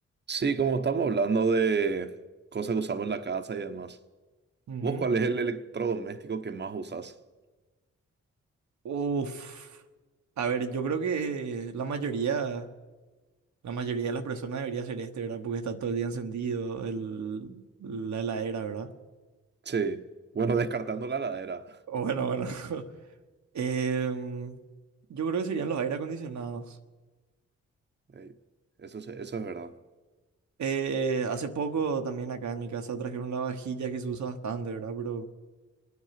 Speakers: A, on the right (about 35°); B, on the right (about 65°).
A: Sí, como estamos hablando de cosas que usamos en la casa y demás.
B: Ujú.
A: ¿Vos cuál es el electrodoméstico que más usas?
B: Uf. A ver, yo creo que la mayoría, la mayoría de las personas debería ser este, ¿verdad? Porque está todo el día encendido el, la heladera, ¿verdad?
A: Sí. Bueno, descartando la heladera.
B: O Bueno, bueno. <laughs> Em, yo creo que serían los aire acondicionados.
A: Ey, eso, se- eso es verdad.
B: Eh, hace poco también acá en mi casa trajeron la vajilla que se usa bastante, ¿verdad? Pero,